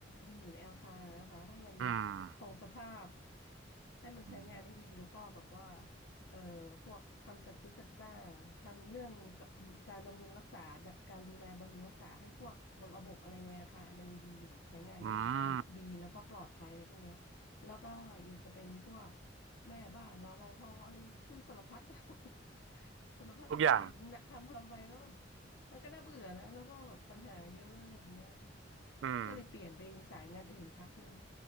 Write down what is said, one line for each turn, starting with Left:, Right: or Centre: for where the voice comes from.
Left: มีอยู่ในอาคารนะคะให้มัน
Right: อืม
Left: คงสภาพให้มันใช้งานได้ดีแล้วก็แบบว่า
Right: อืม
Left: เอ่อพวกทำจัดซื้อจัดจ้างทำเรื่องกการบำรุงรักษาการดูแลบำรุงรักษาให้พวกระบบอะไรในอาคารมันยังดีอยู่ใช้งานได้อยู่ดีแล้วก็ปลอดภัยอะไรพวกเนี้ย
Right: อืม
Left: แล้วก็ยังจะเป็นพวกแม่บ้านรปภอะไรคือสารพัด <laughs> สารพัดสารเพนะทำทำไปก็แบบ
Right: ทุกอย่าง
Left: มันก็น่าเบื่อนะแล้วก็แบบปัญหาเยอะอะไรแบบเนี้ยอืม
Right: อืม
Left: ก็เลยเปลี่ยนไปสายงานอื่นพักหนึ่ง